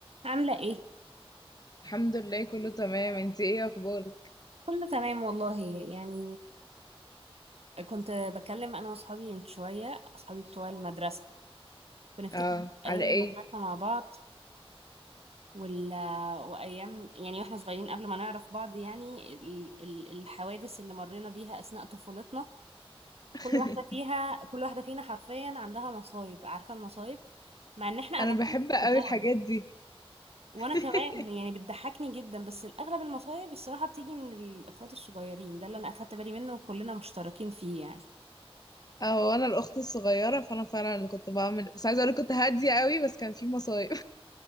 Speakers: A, on the right; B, on the left.
A: عاملة ايه؟
B: الحمد لله كله تمام انتي ايه اخبارك
A: كله تمام والله يعني كنت بكلم انا واصحابي من شوية اصحابي بتوع المدرسة بنفتكر
B: اه
A: ايام
B: على ايه
A: المدرسة مع بعض وال... وايام يعني واحنا صغيرين قبل ما نعرف بعض يعني ال... ال- الحوادث اللي مرينا بيها اثناء طفولتنا
B: <laughs>
A: كل واحدة فيها كل واحدة فينا حرفيا عندها مصايب عارفة المصايب مع ان احنا اغلبنا
B: انا بحب قوي
A: كبار
B: الحاجات دي
A: وانا
B: <laughs>
A: كمان يعني بتضحكني جدا بس الاغلب المصايب الصراحه بتيجي من الاخوات الصغيرين ده اللي انا اخدت بالي منه وكلنا مشتركين فيه يعني
B: اه وانا الاخت الصغيره فانا فعلا اللي كنت بعمل بس عايزه اقول كنت هاديه قوي بس كان في مصايب